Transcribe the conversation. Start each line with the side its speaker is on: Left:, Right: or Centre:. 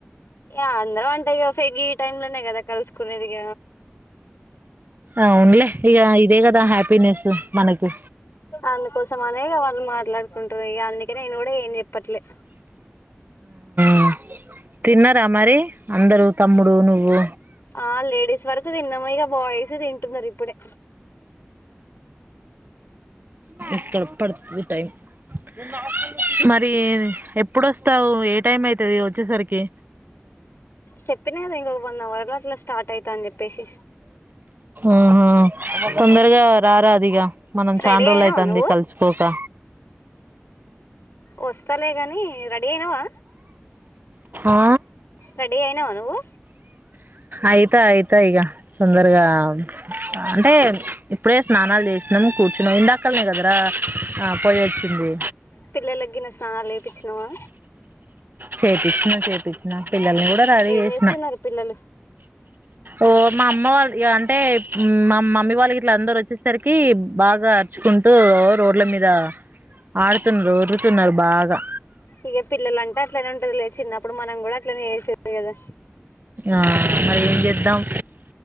Left: ఇగ అందరూ అంటే ఇగ ఫేగీ ఈ టైమ్లనే కదా కలుసుకునేదిక
Right: ఆవున్లే ఇగ ఇదే కదా హ్యాపీనెస్ మనకు
Left: అందుకోసం అనే ఇగ వాళ్ళు మాట్లాడుకుంటారు ఇగ అందుకే నేను కూడా ఏం చెప్ ప్పట్లే
Right: ఉ తిన్నరా మరి అందరు తమ్ముడు నువ్వు
Left: ఆ లేడీస్ వరకు తిన్నము ఇక బాయ్స్ తింటున్నరు ఇప్పుడే
Right: ఆ ఎక్కడ పడుతది టైం మర్ మరి ఎప్పుడస్తావు ఏ టైం ఐతది వచ్చేసరికి
Left: చెప్పినా కదా ఇంకొక వన్ అవర్ లో అట్లా స్టార్ట్ అయితా అని చెప్పేసి
Right: ఆహా తొందరగా రారాదిగా మనం
Left: రెడీ
Right: చాండ్రోలు
Left: అయినావా
Right: ఐతంది
Left: నువ్వు
Right: కలుసుకోక
Left: వస్తలే గని రెడీ అయినవా
Right: ఆ
Left: రెడీ అయినవా నువ్వు
Right: అయిత అయిత ఇగ తొందరగా అంటే ప్చ్ ఇప్పుడే స్నానాలు చేసినం కూర్చున్నం ఇందాకల్నేగదరా ఆ పోయోచ్చింది
Left: పిల్లలగిన సనాలు చేపిచినవా
Right: చేపిచిన చేపిచిన పిల్లల్ని కూడా రెడీ
Left: ఏం
Right: చేసిన
Left: చేస్తున్నారు పిల్లలు
Right: ఓ మా అమ్మ వాళ్ళు ఇగ అం టే మా మమ్మీ వాళ్ ఇగ ఇట్ల అందరు వచ్చేసరికి బాగా అర్చుకుంటూ అగో రోడ్ల మీద ఆడుతున్నారు ఓర్ తున్నరు బాగా
Left: ఇక పిల్లలు అంటే అట్లనే ఉంటది లే చిన్నప్పుడు మనం కూడా అట్లనే చేసేది కదా
Right: ఆ మరి ఏం చేద్దాం